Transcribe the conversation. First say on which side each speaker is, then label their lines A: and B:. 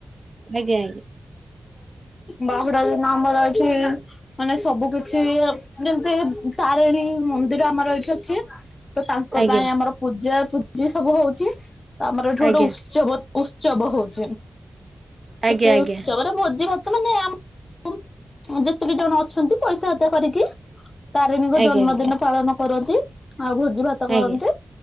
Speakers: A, on the right; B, on the left.
A: ଆଜ୍ଞା
B: ବାହୁଡ଼ା ଦିନ ଆମର ଏଠି ମାନେ ସବୁ କିଛି ଯେମ୍ତି ଥା ତାରେଣୀ ମନ୍ଦିର ଆମର ଏଇଠି ଅଛି। ତ ତାଙ୍କ
A: ଆଜ୍ଞା
B: ପାଇଁ ଆମର ପୂଜା ପୂଜି ସବୁ ହଉଚି। ତ ଆମର ଏଠି ଗୋଟେ
A: ଆଜ୍ଞା
B: ଉତ୍ସବ ଉତ୍ସବ ହଉଚି। ତ
A: ଆଜ୍ଞା
B: ସେ
A: ଆଜ୍ଞା
B: ଉତ୍ସବରେ ଭୋଜି ଭା ମାନେ ଆମ ଯେତିକି ଜଣ ଅଛନ୍ତି। ପଇସା ଆଦାୟ କରିକି ତାରିଣୀଙ୍କ
A: ଆଜ୍ଞା ଆଜ୍ଞା
B: ଜନ୍ମଦିନ
A: ଆଜ୍ଞା ଆଜ୍ଞା
B: ପାଳନ କରନ୍ତି। ଆଉ ଭୋଜି ଭାତ କରନ୍ତି,
A: ଆଜ୍ଞା